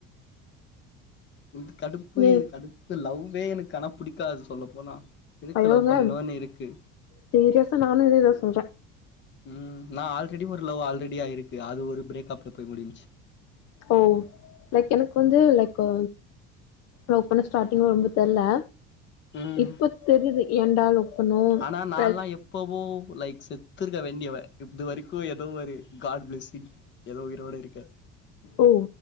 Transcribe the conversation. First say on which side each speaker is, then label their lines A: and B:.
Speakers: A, on the left; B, on the left.
A: இது கடுப்பு
B: ஏ
A: இது கடுப் பு லவ்வே எனக் ஆனா புடிக்காது சொல்லப்போனா எதுக்கு
B: ஐயோங்க
A: லவ் பண்ணனோன் இருக்கு
B: சீரியஸா நானு இதே தா செஞ்ச
A: ம் நா ஆல்ரெடி ஒரு லவ் ஆல்ரெடி ஆயிருக்கு அது ஒரு பிரேக் அப்ல போய் முடிஞ்ச்சி
B: ஓ லைக் எனக்கு ம் லைக்கு லவ் பண்ண ஸ்டார்டிங்ல ரொம்ப தெர்ல
A: ம்
B: இப்ப தெரிது ஏன்டா லவ் பண்ணோ
A: ஆனா நான்லா
B: லைக்
A: எப் எப்பவோ லைக் செத்துருக்க வேண்டியவ இது வரைக்கு எதோ ஒரு காட் ப்ளஸ்ஸிங் எதோ உயிரோட இருக்க
B: ஓ